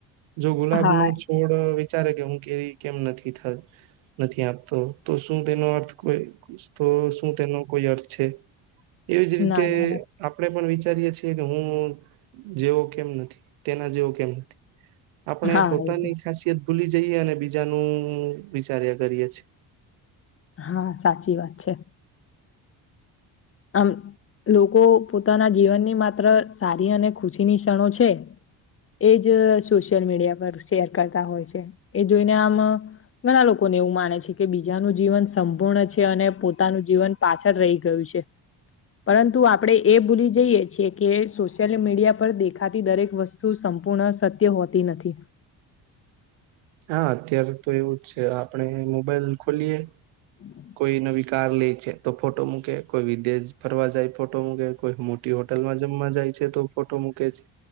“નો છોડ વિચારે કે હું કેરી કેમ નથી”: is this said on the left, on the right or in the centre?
Right